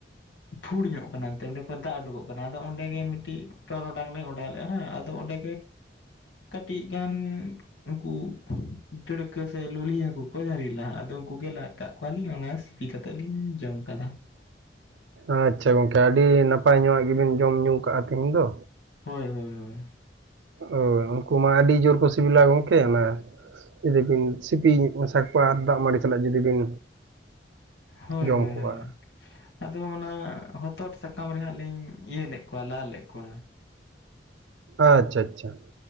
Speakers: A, on the left; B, on the right.
A: ᱯᱷᱩᱲ ᱧᱚᱜ ᱠᱟᱱᱟ ᱮᱱᱛᱮ ᱚᱸᱰᱮ ᱠᱷᱚᱡ ᱫᱟᱜ ᱩᱰᱩᱠᱚᱜ ᱠᱟᱱᱟ, ᱟᱫᱚ ᱚᱸᱰᱮ ᱜᱮ ᱢᱤᱫᱴᱤᱡ ᱴᱚᱨᱚᱰᱟᱝ ᱞᱧ ᱚᱰᱟᱨ ᱞᱮᱫᱼᱟᱸ ᱟᱫᱚ ᱚᱸᱰᱮ ᱠᱟᱹᱴᱤᱡ ᱜᱟᱱ ᱩᱱᱠᱩ ᱰᱟᱹᱲᱠᱟᱹ ᱥᱮ ᱞᱩᱞᱤ ᱦᱟᱹ ᱠᱚ ᱡᱟᱹᱨᱤᱞᱟ᱾ ᱟᱫᱚ ᱩᱱᱠᱩ ᱜᱮ ᱞᱟᱫ ᱟᱠᱟᱫ ᱠᱚᱣᱟᱞᱤᱧ ᱚᱱᱟ ᱥᱤᱯᱤ ᱠᱟᱛᱮᱫ ᱞᱤᱧ ᱡᱚᱢ ᱠᱟᱫᱟ᱾
B: ᱟᱪᱪᱷᱟ ᱜᱚᱝᱠᱮ, ᱟᱹᱰᱤ ᱱᱟᱯᱟᱭ ᱧᱚᱜᱟᱜ ᱜᱮᱵᱤᱱ ᱡᱚᱢ-ᱧᱩ ᱠᱟᱜᱼᱟ ᱛᱤᱦᱤᱧ ᱫᱚ᱾
A: ᱦᱳᱭ ᱦᱳᱭ ᱦᱳᱭ
B: ᱚᱳ ᱩᱱᱠᱩ ᱢᱟ ᱟᱹᱰᱤ ᱡᱳᱨ ᱠᱚ ᱥᱤᱵᱤᱞᱟ ᱜᱚᱝᱠᱮ ᱚᱱᱟ ᱡᱩᱫᱤ ᱵᱤᱱ ᱥᱤᱯᱤ ᱢᱮᱥᱟ ᱠᱳᱣᱭᱟ ᱟᱨ ᱫᱟᱜ-ᱢᱟᱹᱲᱤ ᱥᱟᱞᱟᱜ ᱡᱩᱫᱤ ᱵᱤᱱ
A: ᱦᱳᱭ
B: ᱡᱚᱢ
A: ᱦᱳᱭ
B: ᱠᱚᱜᱼᱟ
A: ᱦᱳᱭ᱾ ᱟᱫᱚ ᱚᱱᱟ ᱦᱚᱛᱚᱫ ᱥᱟᱠᱟᱢ ᱨᱮᱦᱟᱸᱜ ᱞᱤᱧ ᱤᱭᱟᱹ ᱞᱮᱛ ᱠᱳᱣᱭᱟ ᱞᱟᱫᱽ ᱞᱮ ᱠᱳᱭᱟ᱾
B: ᱟᱪᱪᱷᱟ ᱟᱪᱪᱷᱟ᱾